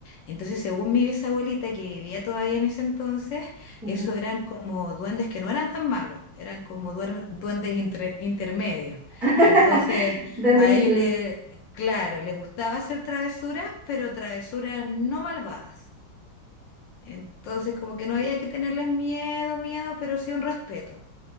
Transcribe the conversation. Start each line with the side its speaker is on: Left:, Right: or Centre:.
Left: Entonces, según mi bisabuelita que vivía todavía en ese entonces,
Centre: ujú.
Left: esos eran como duendes que no eran tan malos, eran como duer- duendes intre- intermedios.
Centre: <laughs>
Left: Entonces, a
Centre: ¿Duendes sin
Left: ellos le, claro, le gustaba hacer travesuras, pero travesuras no malvadas. Entonces, como que no había que tenerles miedo, miedo, pero sí un respeto.